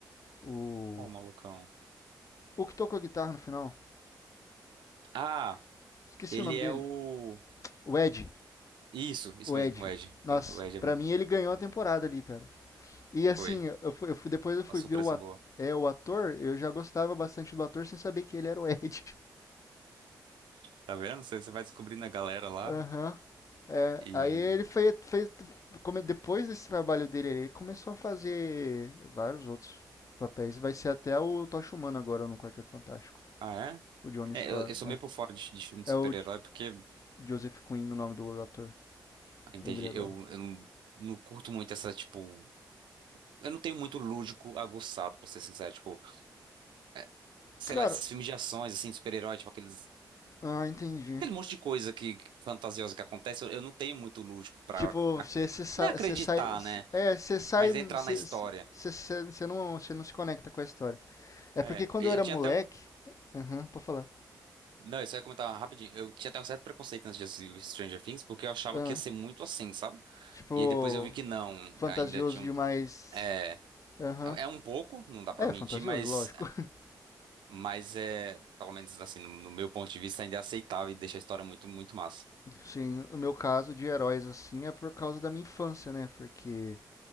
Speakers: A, on the left; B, on the right.
A: O
B: Ô, malucão.
A: o que tocou a guitarra no final?
B: Ah,
A: Esqueci
B: Ele
A: o nome
B: é
A: dele.
B: o.
A: O Ed,
B: Isso, isso
A: o
B: mesmo,
A: Ed.
B: o Ed.
A: Nossa,
B: O o Ed é-
A: pra mim ele ganhou a temporada ali, cara. E assim,
B: foi
A: eu fui, eu fui- depois eu fui
B: uma surpresa
A: ver o, at-
B: boa.
A: é, o ator, eu já gostava bastante do ator sem saber que ele era o Ed.
B: Tá vendo? Você você vai descobrindo a galera
A: <laughs>
B: lá
A: Aham. É,
B: e.
A: aí ele foi, fez- come- depois desse trabalho dele, ele começou a fazer vários outros papéis. Vai ser até o Tocha Humana agora no Quarteto Fantástico.
B: Ah, é?
A: O Johnny
B: É,
A: Storr.
B: eu, eu sou
A: É,
B: meio por fora de, de filme de super-herói
A: é o J-
B: porque,
A: Joseph Quinn o nome do ator.
B: ah, entendi,
A: Lembrei agora.
B: eu, eu não, não curto muito essa, tipo. Eu não tenho muito lúdico aguçado, pra ser sincero. Tipo, é, sei
A: Cara,
B: lá, esses filmes de ações, assim, de super-herói, tipo aqueles.
A: ah, entendi.
B: Aquele monte de coisa que que fantasiosa que acontece, eu, eu não tenho muito lúdico pra.
A: Tipo,
B: ac-
A: você você sai,
B: Não é acreditar,
A: você sai,
B: né?
A: é, você sai,
B: Mas
A: você
B: é entrar na história.
A: você- você- você não, você não se conecta com a história. É
B: É,
A: porque quando
B: eu
A: eu era
B: tinha
A: moleque,
B: até um.
A: aham, pode falar.
B: Não, isso aí eu ia comentar rapidinho. Eu tinha até um certo preconceito antes de assistir Stranger Things, porque eu achava
A: Ah,
B: que ia ser muito assim, sabe?
A: tipo,
B: E aí depois eu vi que não.
A: fantasioso
B: Ainda tinha
A: demais.
B: um. É,
A: Aham.
B: é um pouco, não dá pra
A: É
B: mentir,
A: fantasioso,
B: mas,
A: lógico. <laughs>
B: mas é, pelo menos assim, no, no meu ponto de vista, ainda é aceitável e deixa a história muito, muito massa.
A: Sim, o meu caso de heróis assim é por causa da minha infância, né? Porque,